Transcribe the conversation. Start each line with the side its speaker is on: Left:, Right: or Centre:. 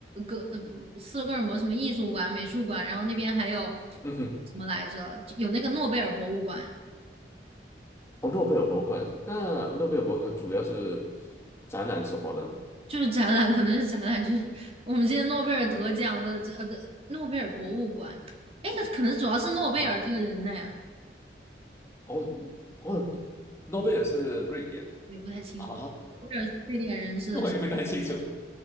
Right: 哥呃不斯德哥尔摩什么艺术馆、美术馆，然后那边还有
Left: 嗯哼。
Right: 什么来着？就有那个诺贝尔博物馆，
Left: 哦，诺贝尔博物馆，那诺贝尔博物馆主要是展览什么的呢？
Right: 就是展览，可能是展览，就是我们之前诺贝尔得奖的这呃的诺贝尔博物馆。哎，那可能主要是诺贝尔这个人呢，
Left: 啊哈，哦哦诺贝尔是瑞典，
Right: 我也不太清楚。
Left: 啊，
Right: 诺贝尔非典人士的
Left: 我也不太清楚。<laughs>